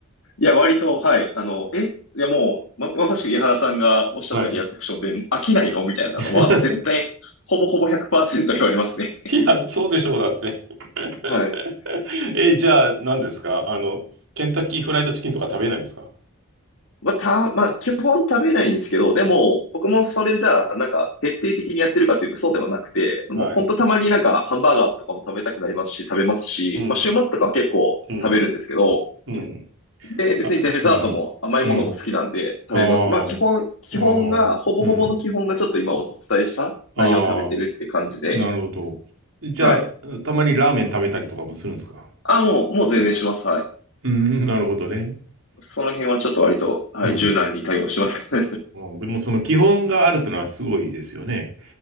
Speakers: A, on the left (about 60°); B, on the right (about 60°).
A: いや割と、はい。あの、え、いやもう、ま、まさしく井原さんがおっしゃったリアクションで、
B: はい。
A: 飽きないのみたいなのは、
B: <laughs>
A: 絶対、ほぼほぼ100%言われますね。
B: いや、そうでしょう、だって。
A: <laughs> はい。
B: <laughs> え、じゃあ、何ですかあの、ケンタッキーフライドチキンとか食べないんですか
A: まあ、た、まあ、基本食べないんですけど、でも、僕もそれじゃあ、なんか、徹底的にやってるかというとそうではなくて、もうほんとたまになんか、
B: はい。
A: ハンバーガーとかも食べたくなりますし、食べますし、
B: うん。
A: まあ、週末とかは結構食べるんですけど、
B: うん、うん、
A: で、別にデザートも甘いものも好きなんで食べます。
B: あ、うん、うん、ああ、
A: まあ基本、基本が、
B: ああ、
A: ほぼほぼの基本がちょっと今お伝えした内容を食べてるって感じで、
B: うん、ああ、なるほど。じゃあ、
A: はい。
B: たまにラーメン食べたりとかもするんですか
A: あ、もう、もう全然します。はい。
B: うん、<laughs> なるほどね。
A: その辺はちょっと割と、はい、
B: うん。
A: 柔軟に対応してます。<laughs>
B: うん、でもその基本があるというのはすごいですよね。